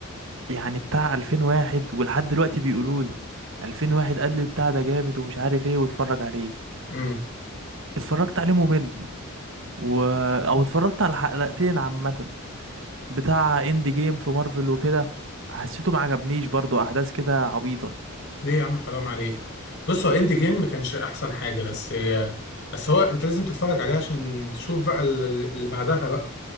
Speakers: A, on the right (about 60°); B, on the left (about 55°).
A: يعني بتاع 2001 ولحد دلوقتي بيقولوا لي 2001 قال لي بتاع ده جامد ومش عارف ايه واتفرج عليه
B: امم
A: اتفرجت عليه ممل و... او اتفرجت على حلقتين عامة بتاع اند جيم في مارفل وكده حسيته ما عجبنيش برضو احداث كده عبيطة
B: ليه يا عم حرام عليك بص هو اند جيم ما كانش احسن حاجه بس هي بس هو انت لازم تتفرج عليه عشان تشوف بقى ال- اللي بعدها بقى